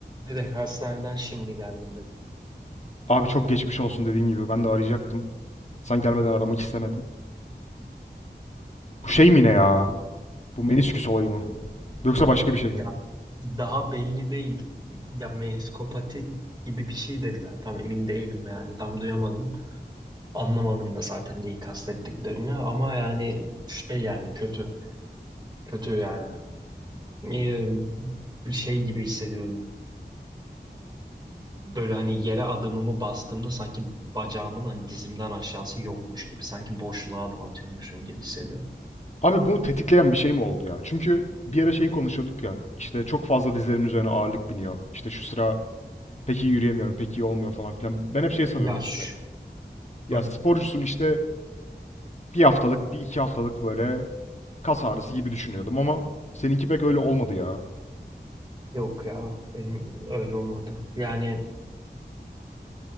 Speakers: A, on the right; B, on the left.
A: Direkt hastaneden şimdi geldim. ben.
B: Abi çok geçmiş olsun dediğim gibi. Ben de arayacaktım. Sen gelmeden aramak istemedim. Bu şey mi ne ya? Bu menisküs olayı mı? Yoksa başka bir şey mi?
A: Ya daha belli değil. Ya meniskopati gibi bir şey dediler. Tam emin değilim yani. Tam duyamadım. Anlamadım da zaten neyi kastettiklerini. Ama yani şey yani kötü. Kötü yani. Ee, Bir şey gibi hissediyorum. Böyle hani yere adımımı bastığımda sanki bacağımın hani dizimden aşağısı yokmuş gibi. Sanki boşluğa adım atıyormuşum gibi hissediyorum.
B: Abi bunu tetikleyen bir şey mi oldu ya? Çünkü bir ara şey konuşuyorduk ya. İşte çok fazla dizlerimin üzerine ağırlık biniyor. İşte şu sıra pek iyi yürüyemiyorum, pek iyi olmuyor falan filan. Ben hep şey sanıyordum
A: Yaş.
B: işte. Ya
A: Hı.
B: sporcusun işte bir haftalık, bir iki haftalık böyle kas ağrısı gibi düşünüyordum ama seninki pek öyle olmadı ya.
A: Yok ya benim öyle olmadı. Yani